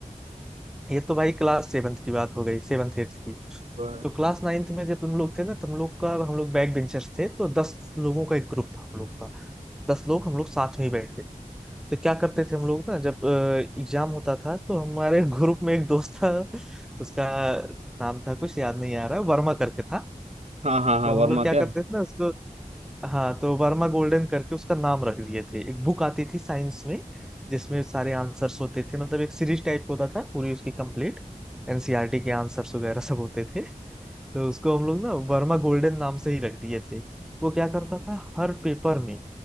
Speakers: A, in the centre; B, on the right.
A: ये तो भाई क्लास सेवन्थ की बात हो गई सेवन्थ एट्थ की
B: हाँ
A: तो क्लास नाइन्थ में जब हम लोग थे ना तो हम लोग का हम लोग बैक बेंचर्स थे तो दस लोगों का एक ग्रुप था हम लोग का दस लोग हम लोग साथ में ही बैठते थे तो क्या करते थे हम लोग ना जब एग्जाम होता था तो हमारे <laughs> ग्रुप में एक दोस्त था उसका नाम था कुछ याद नहीं आ रहा वर्मा करके था
B: हाँ हाँ हाँ,
A: तो
B: वर्मा
A: हम लोग क्या
B: क्या
A: करते थे ना उसको हाँ तो वर्मा गोल्डन करके उसका नाम रख दिए थे एक बुक आती थी साइंस में जिसमें सारे आंसर्स होते थे मतलब एक सीरीज टाइप का होता था पूरी उसकी कंप्लीट एनसीईआरटी के आंसर्स वगैरह सब होते थे तो उसको हम लोग ना वर्मा गोल्डन नाम से ही रख दिए थे वो क्या करता था हर पेपर में